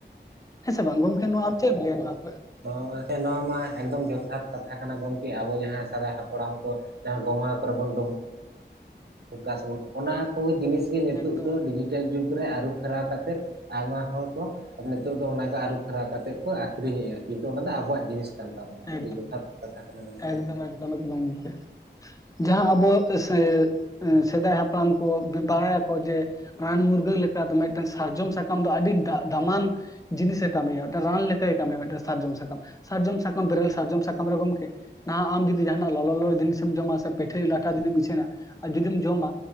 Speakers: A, on the left (about 20°); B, on the right (about 60°).
A: ᱦᱮᱸ ᱥᱮ ᱵᱟᱝ ᱜᱚᱢᱠᱮ ᱱᱚᱣᱟ ᱟᱢ ᱪᱮ ᱮᱢ ᱞᱟᱹᱭᱟ ᱱᱚᱣᱟᱠᱚᱨᱮᱜ
B: ᱱᱚᱣᱟᱸ ᱱᱚᱣᱟ ᱢᱟ ᱮᱠᱫᱚᱢ ᱡᱚᱛᱷᱟᱛ ᱠᱟᱛᱷᱟ ᱠᱟᱱᱟ ᱜᱚᱢᱠᱮ ᱟᱵᱚ ᱡᱟᱦᱟᱸᱭ ᱥᱮᱫᱟᱭ ᱦᱟᱯᱲᱟᱢ ᱠᱚ ᱡᱟᱦᱟᱸ ᱜᱚᱢᱟ ᱟᱠ ᱠᱚᱨᱮ ᱵᱚᱱ ᱰᱩᱸᱵ- ᱚᱠᱟ ᱥᱚᱢᱚᱭ ᱚᱱᱟ ᱠᱚ ᱡᱤᱱᱤᱥ ᱜᱮ ᱱᱤᱛᱚᱜ
A: ᱮᱠᱫᱚᱢ
B: ᱫᱚ ᱰᱤᱡᱤᱴᱟᱞ ᱡᱩᱜᱽ ᱨᱮ ᱟᱹᱨᱩ ᱯᱷᱮᱨᱟᱣ ᱠᱟᱛᱮᱫ ᱟᱭᱢᱟ ᱦᱚᱲᱠᱚ ᱱᱤᱛᱚᱜ ᱫᱚ ᱚᱱᱟ ᱜᱮ ᱟᱹᱨᱩᱯᱷᱮᱨᱟᱣ ᱠᱟᱛᱮᱫ ᱠᱚ ᱟᱠᱷᱨᱤᱧᱮᱼᱟ ᱠᱤᱱᱛᱩ ᱚᱱᱟ ᱫᱚ ᱟᱵᱚᱣᱟᱜ ᱡᱤᱱᱤᱥ <unintelligible>
A: <unintelligible>
B: ᱟᱹᱰᱤ ᱡᱚᱛᱷᱟᱛ ᱠᱟᱛᱷᱟ ᱠᱟᱱᱟ ᱜᱚᱝᱠᱮ
A: ᱡᱟᱦᱟᱸ ᱟᱵᱚ ᱥᱮᱻ ᱥᱮᱫᱟᱭ ᱦᱟᱯᱲᱟᱢ ᱠᱚ ᱵᱟᱲᱟᱭ- ᱟᱠᱚ ᱡᱮ ᱨᱟᱱ ᱢᱩᱨᱜᱟᱹᱱ ᱞᱮᱠᱟ ᱫᱚ ᱢᱤᱫᱴᱟᱝ ᱥᱟᱨᱡᱚᱢ ᱥᱟᱠᱟᱢ ᱫᱚ ᱟᱹᱰᱤ ᱫᱟ ᱫᱟᱢᱟᱱ ᱡᱤᱱᱤᱥᱮ ᱠᱟᱹᱢᱤᱭᱟ ᱢᱮᱴᱟᱹᱜ ᱨᱟᱱ ᱞᱮᱠᱟᱭ ᱠᱟᱹᱢᱤᱭᱟ ᱥᱟᱨᱡᱚᱢ ᱥᱟᱠᱟᱢ ᱥᱟᱨᱡᱚᱢ ᱥᱟᱠᱟᱢ ᱵᱮᱨᱮᱞ ᱥᱟᱨᱡᱚᱢ ᱥᱟᱠᱟᱢ ᱨᱮ ᱜᱚᱢᱠᱮ <unintelligible> ᱱᱟᱦᱟᱜ ᱟᱢ ᱡᱩᱫᱤ ᱡᱟᱦᱟᱱᱟᱜ ᱞᱚᱞ ᱞᱚᱞᱚ ᱡᱤᱱᱤᱥᱢ ᱡᱚᱢᱟ ᱥᱮ ᱯᱤᱴᱷᱟᱹ ᱞᱟᱴᱷᱟ ᱡᱩᱫᱤᱢ ᱤᱥᱤᱱᱟ ᱟᱨ ᱡᱩᱫᱤᱢ ᱡᱚᱢᱟ